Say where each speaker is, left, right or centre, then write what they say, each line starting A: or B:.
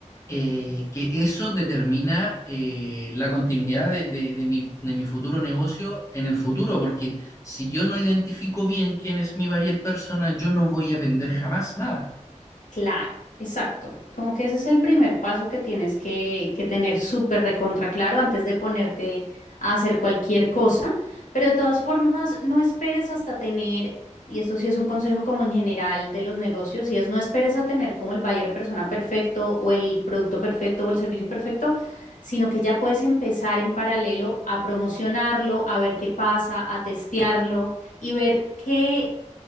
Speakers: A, on the left; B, on the left.
A: eh, que eso determina eh, la continuidad de, de- de mi, de mi futuro negocio en el futuro, porque si yo no identifico bien quién es mi buyer persona, yo no voy a vender jamás nada.
B: Claro, exacto. Como que ese es el primer paso que tienes que, que tener súper recontra claro antes de ponerte a hacer cualquier cosa. Pero de todas formas, no esperes hasta tener, y esto sí es un consejo como en general de los negocios, y es no esperes a tener como el buyer persona perfecto o el producto perfecto o el servicio perfecto, sino que ya puedes empezar en paralelo a promocionarlo, a ver qué pasa, a testearlo y ver qué